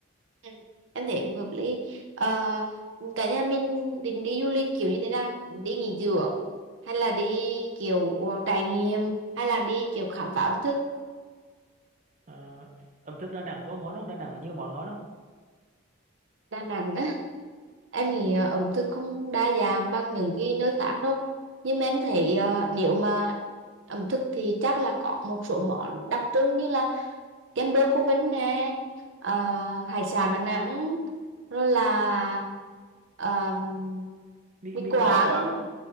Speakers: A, on the right; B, on the right.
A: ừ, em thấy cũng hợp lý Ờ, cả nhà mình định đi du lịch kiểu như thế nào đi nghỉ dưỡng hay là đi kiểu trải nghiệm hay là đi kiểu khám phá ẩm
B: Ờ, ẩm thực Đà Nẵng
A: thực
B: có ngon không Đà Nẵng có nhiều món ngon không
A: Đà Nẵng á em nghĩ ờ, ẩm thực không đa dạng bằng những cái nơi khác đâu nhưng mà em thấy ờ, nếu mà ẩm thực thì chắc là có một số món đặc trưng như là kem bơ cô Vinh nè ờ, hải sản Đà Nẵng rồi là um,
B: bi
A: mì
B: bi
A: Quảng
B: quả đúng không